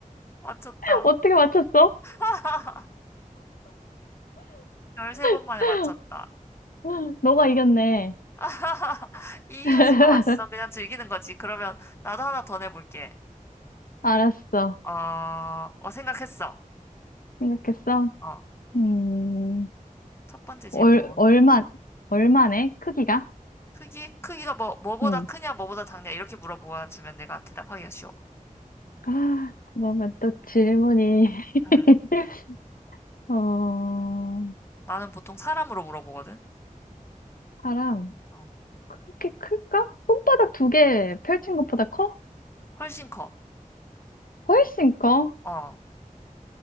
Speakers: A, on the left; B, on the left.
A: 맞췄다.
B: 어떻게 맞췄어?
A: <laughs> 13번
B: <laughs>
A: 만에 맞췄다.
B: 너가 이겼네.
A: <laughs> 이유지가
B: <laughs>
A: 어딨어? 그냥 즐기는 거지. 그러면 나도 하나 더 내볼게.
B: 알았어.
A: 어, 어, 생각했어.
B: 생각했어?
A: 어,
B: 음,
A: 첫 번째 질문.
B: 얼, 얼마, 얼마네? 크기가?
A: 크기, 크기가 뭐, 뭐보다
B: 응.
A: 크냐, 뭐보다 작냐, 이렇게 물어보아 주면 내가 대답하기가 쉬워.
B: 아, 뭔가 또 질문이. <laughs>
A: 응.
B: 어,
A: 나는 보통 사람으로 물어보거든.
B: 사람,
A: 어,
B: 그렇게 클까? 손바닥 두 개 펼친 것보다 커?
A: 훨씬 커.
B: 훨씬 커?
A: 어,